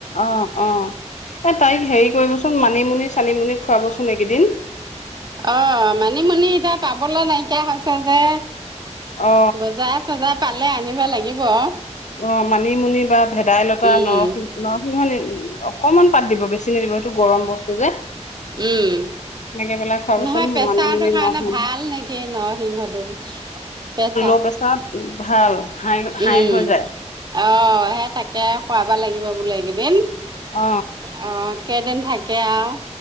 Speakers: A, on the left; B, on the right.
A: অ অ এ তাইক হেৰি কৰিবচোন মা নিমুনি চানিমুনি খুৱাবচোন এইকেইদিন
B: অ মানিমুনি এতিয়া পাবলৈ নাইকিয়া হৈছে যে
A: অ
B: বজাৰ চজাৰ পালে আনিব লাগিব।
A: অ মানিমুনি বা ভেদাইলতা
B: উম
A: নৰসিং অকনমান পাত দিব বেছি নিদিব সেইটো গৰম বস্তু যে।
B: উম।
A: এনেকে পেলাই খোৱাবচোন
B: নহয় পেছাৰটোৰ
A: মানিমুনি
B: কাৰণে
A: নৰসিংহ
B: ভাল নেকি নৰসিংহটো পেছা
A: ত পাছত ভাল। হাই হাই
B: উম
A: হৈ যায়
B: অ', সেই তাকে খোৱাবা লাগিব বোলে এইকেইদিন।
A: অ
B: অ', কেইদিন থাকে আৰু